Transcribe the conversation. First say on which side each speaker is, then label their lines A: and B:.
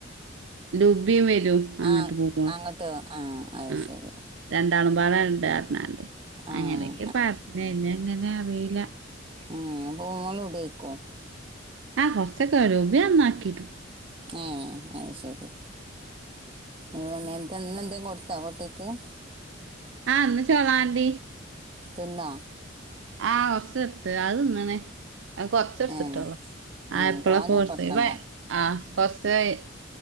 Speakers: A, on the right (about 70°); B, on the right (about 30°).
A: ലുബിയും വരൂ അങ്ങോട്ട്
B: ആഹ്
A: പോകുമ്പോൾ
B: അങ്ങോട്ടോ ആഹ് അത്
A: ആ
B: ശരി
A: രണ്ട് <unintelligible>
B: ആഹ്
A: അങ്ങനെയൊക്കെ പറഞ്ഞെ അങ്ങനെ അറിയില്ല
B: ഉം മോൾ ഇവിടെ നിൽക്കോ
A: ആ <inaudible>
B: ആ അത് ശരി ഇന്ന് എന്ത കോ <unintelligible>
A: ആ അന്ന് ചോളാം <unintelligible>
B: തിന്നോ
A: ആ <unintelligible> അതു തിന്നാണ് കുറച്ച് എടുത്തിട്ടോ
B: ഏഹ്
A: ആ
B: ആഹ്
A: ഇപ്പോഴോക്കയാ
B: തോനെ
A: ഓർത്തേ
B: കൊടുക്കണ്ട
A: <unintelligible>